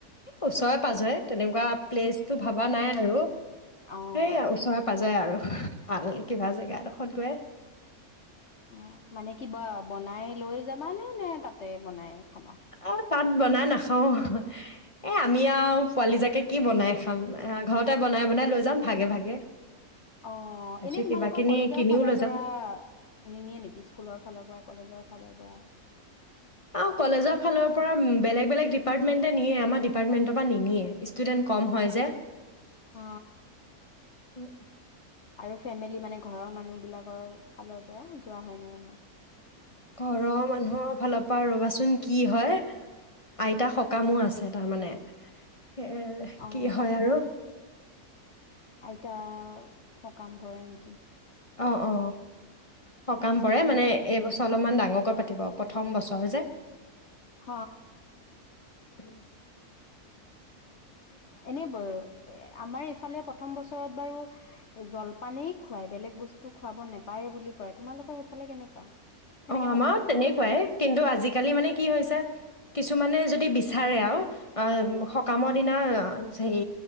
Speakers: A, on the left; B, on the left.
A: এ ওচৰে পাজৰে তেনেকুৱা প্লেচ টো ভবা নাই আৰু
B: অ',
A: সেই ওচৰে পাজৰে যায় আৰু ভাল কিবা জেগা গৈ
B: অ মানে কিবা বনাই লৈ যাবা নে নে তাতে বনাই খাবা
A: আহ তাত বনাই নাখাও এ আমি আৰু পোৱালি জাকে কি বনাই খাম ঘৰতে বনাই বনাই লৈ যাম ভাগে ভাগে
B: অ
A: তাৰপিছত
B: এনেই তোমালোকৰ
A: কিবা কিনি
B: কলেজৰ
A: কিনিও
B: ফালৰ
A: লৈ
B: পৰা
A: যাম
B: নিনিয়ে নেকি স্কুলৰ ফালৰ পৰা কলেজৰ ফালৰ পৰা
A: অ কলেজৰ ফালৰ পৰা বেলেগ বেলেগ ডিপাৰ্টমেণ্টতে নিয়ে আমাৰ ডিপাৰ্টমেণ্টৰ পৰা নিনিয়ে ষ্টুডেণ্ট কম হয় যে
B: হ
A: অ <inaudible>
B: আৰু ফেমিলি মানে ঘৰৰ মানুহ বিলাকৰ ফালৰ পৰা যোৱা হয় নে নহয়
A: ঘৰৰ মানুহৰ ফালৰ পৰা ৰ'বাচোন কি হয়। আইতা সকামো আছে তাৰমানে। সেয়ে
B: অ',
A: কি হয় আৰু।
B: আইতা, সকাম পৰে নেকি?
A: অ অ। সকাম
B: আচ্ছা
A: পৰে মানে এইবছৰ অলপমান ডাঙৰ কৈ পাতিব। প্ৰথম বছৰ যে।
B: হ
A: উ
B: এনেই ব, আমাৰ ইফালে প্ৰথম বছৰত বাৰু জলপানেই খুৱাই বেলেগ বস্তু খুৱাব নোপায় বুলি কয়। তোমালোকৰ সেইফালে কেনেকুৱা? কেনেকে
A: অ আমাৰো
B: পাতে মানে
A: তেনেকুৱাই, কিন্তু আজিকালি মানে কি হৈছে, কিছুমানে য যদি বিচাৰে আৰু, অ
B: উম
A: সকামৰ দিনা অ অ যে সেই